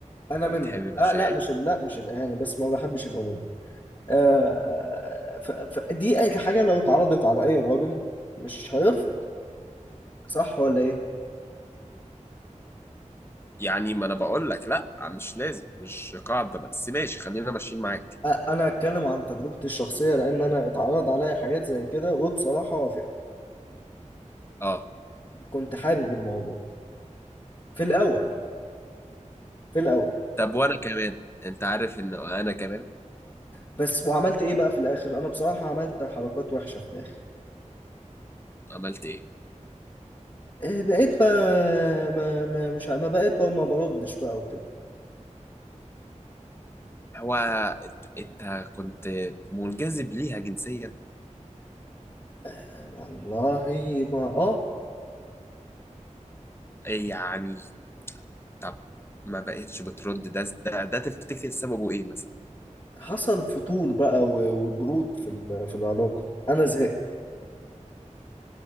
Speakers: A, on the left; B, on the left.
A: أنا
B: وبتحب
A: منهم
B: مشاعر
A: أه لا مش ال- لا مش الإهانة بس ما بحبش العموم آه، ف... فدي أي حاجة لو اتعرضت على أي راجل مش هيرفض صح ولا إيه؟
B: يعني ما انا بقول لك لا مش لازم مش قاعده بس ماشي خلينا ماشيين معاك
A: أ- انا هتكلم عن تجربتي الشخصيه لان انا اتعرض عليا حاجات زي كده وبصراحه وافقت
B: اه
A: كنت حابب الموضوع في الاول في الاول
B: طب وانا كمان انت عارف ان انا كمان
A: بس وعملت ايه بقى في الاخر انا بصراحه عملت حركات وحشه في الاخر
B: عملت ايه
A: آه، بقيت ما, ما, ما مش ع- ما بقيت بقى ما بردش بقى وكده
B: هو انت إنت كنت منجذب ليها جنسيا
A: آه، والله ما اه
B: يعني طب ما بقتش بترد ده ده ده تفتكر سببه ايه مثلا
A: حصل فتور بقى و- وبرود في ال- في العلاقه انا زهقت